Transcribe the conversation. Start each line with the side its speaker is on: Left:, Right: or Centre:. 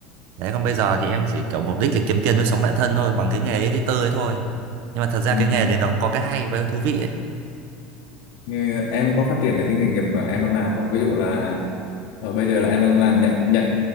Right: đấy còn bây giờ thì em chỉ kiểu mục đích là kiếm tiền nuôi sống bản thân thôi bằng cái nghề editor ấy thôi nhưng mà thật ra
Left: ừ,
Right: cái nghề đấy nó cũng có cái hay và cái thú vị ấy
Left: như em có phát triển được cái nghề nghiệp mà em đang làm không? Ví dụ là ờ, bây giờ là em đang làm nhận nhận